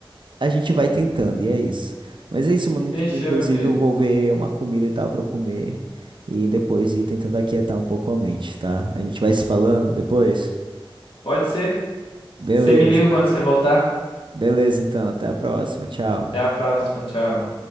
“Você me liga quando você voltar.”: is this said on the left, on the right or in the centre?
Left